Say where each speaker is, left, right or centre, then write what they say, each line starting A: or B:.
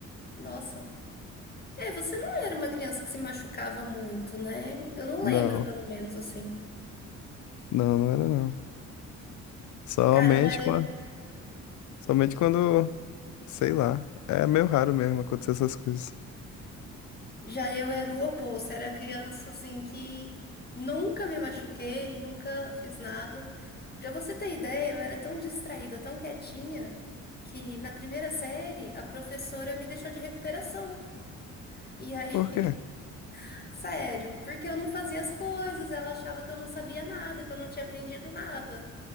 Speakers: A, on the left (about 30°); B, on the left (about 75°).
A: nossa. É, você não era uma criança que se machucava muito, né? Eu não
B: Não,
A: lembro, pelo menos, assim.
B: não, não era não. Somente
A: Cara, já eu,
B: quando, somente quando, sei lá, é meio raro mesmo acontecer essas coisas.
A: já eu era o oposto. Era criança, assim, que nunca me machuquei, nunca fiz nada. Pra você ter ideia, eu era tão distraída, tão quietinha, que na primeira série a professora me deixou de recuperação. E aí,
B: Por quê?
A: <laughs> sério, porque eu não fazia as coisas, ela achava que eu não sabia nada, que eu não tinha aprendido nada.